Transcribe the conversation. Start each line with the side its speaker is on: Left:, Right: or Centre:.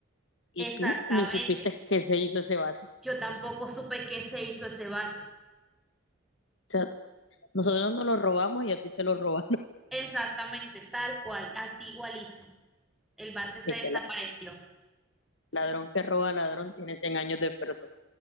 Left: y
Centre: Exactamente.
Left: tú ni supiste que se hizo ese bat. O
Centre: Yo tampoco supe qué se hizo ese bate.
Left: sea, nosotros nos lo robamos y a ti te lo robaron. <laughs>
Centre: Exactamente, tal cual, así igualito. El bate se
Left: Este
Centre: desapareció.
Left: la- ladrón que roba ladrón tiene cien años de perdón.